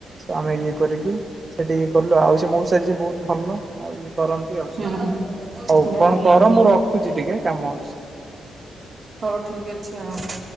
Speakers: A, on the right; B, on the right.
A: ଆମେ ଇଏ କରିକି ସେଇଠି ଇଏ କଲୁ ଆଉ ସେ ମଉସା ଯିଏ ବହୁତ ଭଲ ଆଉ ଇଏ କରନ୍ତି ଆଉ
B: ହୁଁ
A: ସେ ହଉ କଣ
B: ଭଲ
A: କର ମୁଁ ରଖୁଛି ଟିକେ କାମ ଅଛି।
B: ହଉ ଠିକ୍ ଅଛି ଆଉ